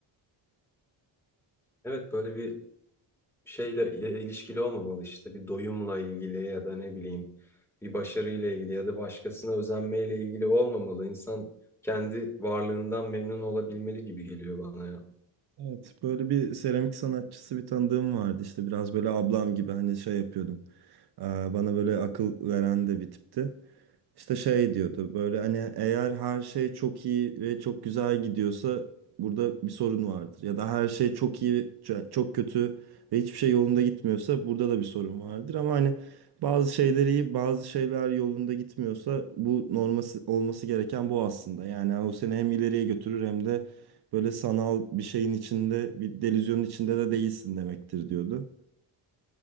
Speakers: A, in the centre; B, on the right.
A: Evet, böyle bir şeyle ile- ilişkili olmamalı işte. Bir doyumla ilgili ya da ne bileyim bir başarıyla ilgili ya da başkasına özenmeyle ilgili olmamalı. İnsan kendi varlığından memnun olabilmeli gibi geliyor bana ya.
B: Evet, böyle bir seramik sanatçısı bir tanıdığım vardı işte biraz böyle ablam gibi hani şey yapıyordum. Aa, Bana böyle akıl veren de bir tipti. İşte şey diyordu böyle hani eğer her şey çok iyi ve çok güzel gidiyorsa burada bir sorun vardır. Ya da her şey çok iyi, ç- çok kötü ve hiçbir şey yolunda gitmiyorsa burada da bir sorun vardır. Ama hani bazı şeyler iyi, bazı şeyler yolunda gitmiyorsa bu norması olması gereken bu aslında. Yani o seni hem ileriye götürür hem de böyle sanal bir şeyin içinde, bir delüzyonun içinde de değilsin demektir diyordu.